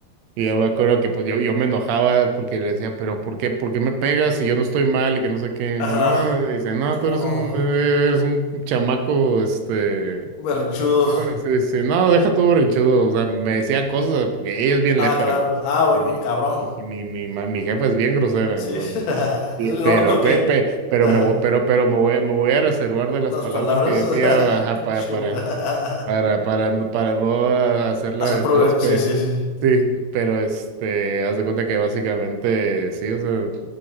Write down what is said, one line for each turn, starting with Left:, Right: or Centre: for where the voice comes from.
Right: Y yo me acuerdo que pues yo, yo me enojaba porque le decía, pero ¿por qué, por qué me pegas si yo no estoy mal y que no sé qué? Y
Left: Ajá,
Right: dice, no, dice, no,
Left: ¿cómo
Right: tú eres
Left: no?
Right: un, eres un chamaco, este,
Left: Berrinchudo.
Right: no, no, es- es- no, deja todo berrinchudo. O sea, me decía cosas porque ella es bien
Left: Ah,
Right: lépera,
Left: claro.
Right: ¿no?
Left: Ah, bueno,
Right: El-
Left: cabrón.
Right: Mi, mi, mi, ma- mi jefa es bien grosera.
Left: Sí.
Right: O sea,
Left: <laughs>
Right: y-
Left: ¿Es el
Right: pero,
Left: norte o qué?
Right: pe- pe- pero
Left: <laughs>
Right: me voy, pero, pero me voy, a- me voy a reservar de las
Left: Las
Right: palabras
Left: palabras.
Right: que decía
Left: <laughs>
Right: ajá,
Left: Pinche.
Right: pa- para,
Left: <laughs>
Right: para, para, no- para, no hacerla
Left: Hacer
Right: de
Left: problemas.
Right: todos, pero
Left: Sí, sí, sí.
Right: sí, pero este, haz de cuenta que básicamente sí, o sea,